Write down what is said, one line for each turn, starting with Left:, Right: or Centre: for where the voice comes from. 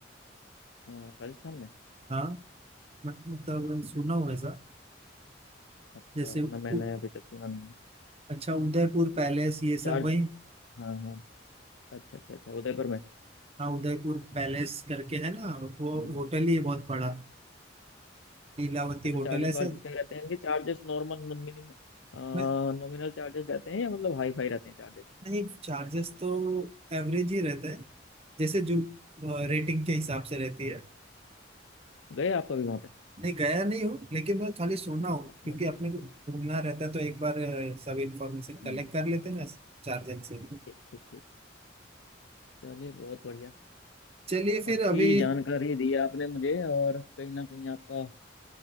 Left: अ, राजस्थान में
Right: हाँ मैं- मतलब सुना हूँ ऐसा
Left: अच्छा
Right: जैसे उ-
Left: ना मैंने अभी तक सुना नहीं है
Right: अच्छा उदयपुर पैलेस ये
Left: चार
Right: सब वही
Left: हाँ हाँ अच्छा अच्छा अच्छा उदयपुर में
Right: हाँ उदयपुर पैलेस करके है ना वो
Left: हम्म।
Right: होटल ही है बहुत बड़ा लीलावती
Left: अच्छा
Right: होटल
Left: चार्जेस
Right: ऐसे
Left: वार्जेस क्या रहते हैं इनके Charges normal minimum
Right: मैं
Left: nominal charges रहते हैं या मतलब हाई फाई रहते हैं चार्जेस
Right: नहीं चार्जेस तो एवरेज ही रहता है जैसे जो
Left: अच्छा
Right: रेटिंग के हिसाब से रहती है
Left: गए आप कभी वहाँ पे
Right: नहीं गया नहीं हूँ लेकिन मैं खाली सुना हूँ
Left: अच्छा
Right: क्योंकि
Left: ऐसे
Right: अपने को घूमना रहता है तो एक बार अ, सब इंफॉर्मेशन कलेक्ट
Left: हम्म।
Right: कर लेते हैं ना चार जन से
Left: ठीक ठीक ठीक चलिए बहुत बढ़िया
Right: चलिए फिर
Left: अच्छी
Right: अभी
Left: जानकारी दी आपने मुझे और कहीं ना कहीं आपका